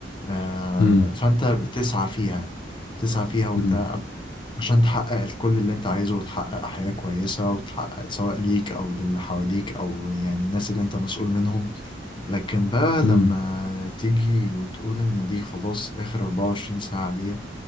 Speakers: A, on the left; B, on the left.
A: آه،
B: امم
A: فانت بتسعى فيها تسعى فيها وبتاع
B: امم
A: عشان تحقق كل اللي انت عايزه وتحقق حياة كويسة وتحقق سواء ليك او للي حواليك او يعني الناس اللي انت مسؤول منهم لكن بقى لما
B: امم
A: تيجي وتقول ان دي خلاص اخر 24 ساعة ليا